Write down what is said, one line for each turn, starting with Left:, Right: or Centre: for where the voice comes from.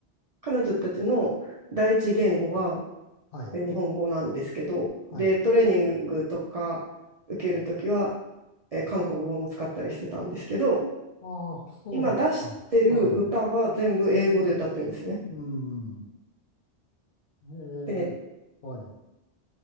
Right: 彼女たちの第一言語は
Left: はい、
Right: 日本語なんですけど、
Left: はい。
Right: で、トレーニングとか受けるときは、えー韓国語も使ったりしてたんですけど、
Left: ああ、そうなんですか。
Right: 今出してる歌は全部英語で歌ってるんですね。
Left: はい。うん。ええ、
Right: で、
Left: はい。